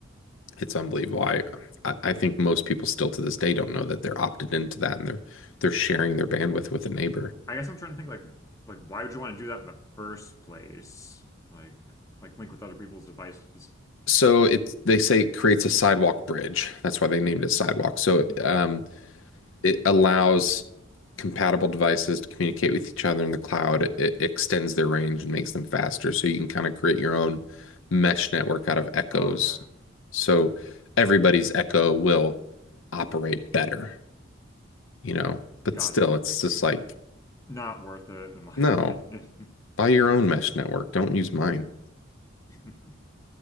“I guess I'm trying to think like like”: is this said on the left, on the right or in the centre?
Left